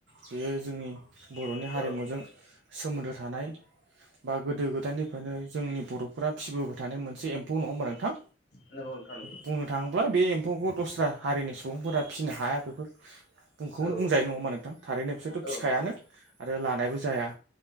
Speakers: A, on the right (about 85°); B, on the left (about 60°).
A: बेयो जोंनि बर'नि
B: औ
A: हा हारिमुजों
B: नोंथां
A: सोमोन्दो थानाय बा गोदो गोदायनिफ्रायनो जोंनि बर'फोरा फिबोबाय थानाय मोनसे एम्फौ नङा होमबा नोंथां
B: नंगौ नोंथां नंगौ
A: बुंनो थाङोब्ला बे एम्फौखौ दस्रा हारिनि सुबुंफोरा फिनो हाया बेफोर बुंखौनो
B: औ
A: बुंजायो नङा होमबा नोंथां थारैनो बिसोरथ'
B: औ
A: फिखायानो
B: नोंथां औ
A: आरो लानायबो जाया